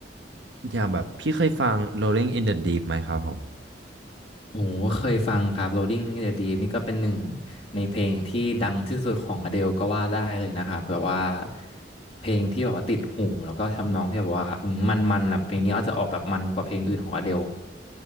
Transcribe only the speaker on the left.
โอ้โหเคยฟังครับ Rolling in the Deep นี่ก็เป็นหนึ่งในเพลงที่ดังที่สุดของ Adele ก็ว่าได้เลยนะครับแบบว่าเพลงที่แบบว่าติดหูแล้วก็ทำนองที่แบบว่าอืมันมันๆอ่ะเพลงนี้อาจจะออกแบบมันกว่าเพลงอื่นของ Adele